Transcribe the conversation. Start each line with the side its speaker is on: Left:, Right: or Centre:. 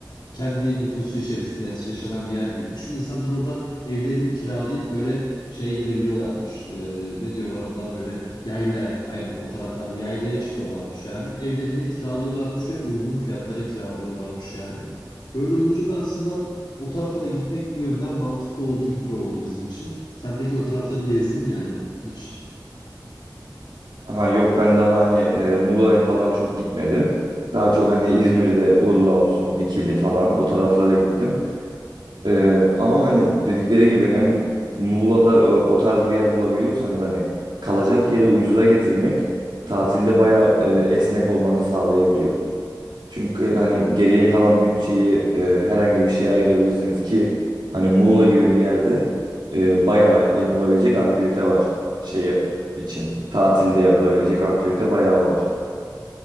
Left: kendi nüfusu içerisinde yaş- yaşanan bir yer gibi düşün. İnsanlar orada evlerini kiralayıp böyle şeye gidebiliyorlarmış. Ee, ne diyorlar onlar böyle yaylaya aynen o taraflarda yaylaya çıkıyorlarmış yani. Evlerinde kiralıyorlarmış ve uygun fiyatlara kiralıyorlarmış yani. Böyle olunca da aslında o tarafa da gitmek bir yönden mantıklı olduğu gibi oldu bizim için. Sen peki o tarafları gezdin mi yani hiç?
Right: Ha yok ben daha hani e, Muğla'ya falan çok gitmedim. Daha çok hani İzmir'de Urla olsun, Dikili falan o taraflara gittim. Ee, ama hani dedikleri gibi hem Muğla'da o, o tarz bir yer bulabiliyorsanız hani kalacak yeri ucuza getirmek tatilde bayağı e, esnek olmanı sağlayabiliyor. Çünkü hani geriye kalan bütçeyi e, herhangi bir şeye ayırabilirsiniz ki hani Muğla gibi bir yerde e, bayağı yapılabilecek aktivite var şeyi için. Tatilde yapılabilecek aktivite bayağı var.